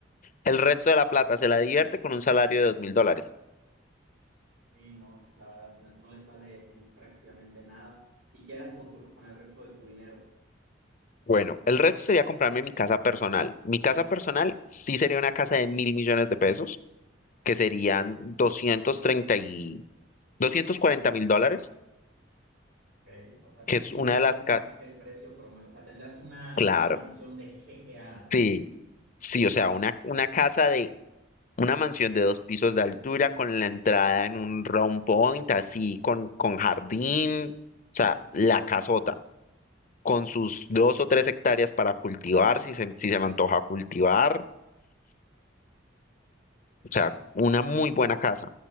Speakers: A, on the left; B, on the right.
A: el resto de la plata se la divierte con un salario de dos mil dólares.
B: Sí, no, pues, la verdad no, no le sale en prácticamente nada. Y quieras con tu, con el resto de tu dinero.
A: Bueno, el resto sería comprarme mi casa personal. Mi casa personal sí sería una casa de mil millones de pesos, que serían 235 doscientos cuarenta mil dólares,
B: Ok. O sea, cinco
A: que es una de
B: veces
A: las casas.
B: más que el precio promedio. O sea, tendrás una,
A: Claro,
B: una mansión de jeque árabe.
A: sí, sí, o sea, una, una casa de una mansión de dos pisos de altura con la entrada en un round point, así, con, con jardín, o sea, la casota, con sus dos o tres hectáreas para cultivar, si se, si se me antoja cultivar, o sea, una muy buena casa,